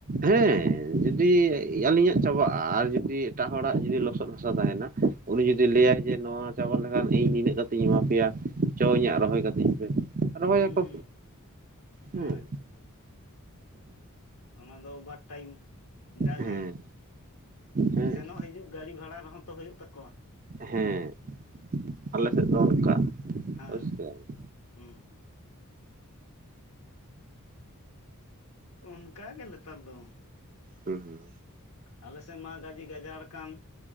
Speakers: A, on the right; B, on the left.
A: ᱦᱮᱸ ᱡᱩᱫᱤ ᱟᱹᱞᱤᱧᱟᱜ ᱪᱟᱵᱟᱜᱼᱟ᱾ ᱟᱨ ᱡᱩᱫᱤ ᱮᱴᱟᱜ ᱦᱚᱲᱟᱜ ᱡᱩᱫᱤ ᱞᱚᱥᱚᱫ ᱦᱟᱥᱟ ᱛᱟᱦᱮᱱᱟ ᱩᱱᱤ
B: ᱦᱩᱸ
A: ᱡᱩᱫᱤ ᱞᱟᱹᱭᱟᱭ ᱡᱮ ᱱᱚᱣᱟ ᱪᱟᱵᱟ ᱞᱮᱠᱷᱟᱱ ᱤᱧ ᱱᱤᱱᱟᱹᱜ ᱠᱟᱛᱮᱧ ᱮᱢᱟ ᱯᱮᱭᱟ᱾ ᱪᱚ
B: ᱦᱩᱸ
A: ᱤᱧᱟᱹᱜ ᱨᱚᱦᱚᱭ ᱠᱟᱹᱛᱤᱧ ᱯᱮ ᱨᱚᱦᱚᱭᱟ᱾
B: ᱦᱩᱸ
A: ᱠᱚ
B: ᱦᱩᱸ
A: ᱦᱮᱸ
B: ᱟᱪᱪᱷᱟ ᱚᱱᱟ ᱫᱚ ᱚᱵᱷᱟᱨ ᱴᱟᱭᱤᱢ ᱡᱟᱜᱮ᱾
A: ᱦᱮᱸ ᱦᱮᱸ
B: ᱥᱮᱱᱚᱜ ᱦᱤᱡᱩᱜ ᱜᱟᱹᱰᱤ ᱵᱷᱟᱲᱟ ᱨᱮᱦᱚᱸ ᱛᱚ ᱦᱩᱭᱩᱜ ᱛᱟᱠᱚᱣᱟ᱾
A: ᱦᱮᱸ ᱟᱞᱮ ᱥᱮᱫ ᱫᱚ ᱚᱱᱠᱟ
B: ᱦᱮᱸ
A: ᱵᱩᱡ ᱠᱮᱫᱟᱵᱤᱱ?
B: ᱦᱩᱸ ᱚᱱᱠᱟᱜᱮ ᱱᱮᱛᱟᱨ ᱫᱚ᱾
A: ᱦᱩᱸ ᱦᱩᱸ
B: ᱟᱞᱮᱥᱮᱫ ᱢᱟ ᱜᱟᱹᱡᱮ ᱜᱟᱡᱟᱲ ᱟᱠᱟᱱᱟ᱾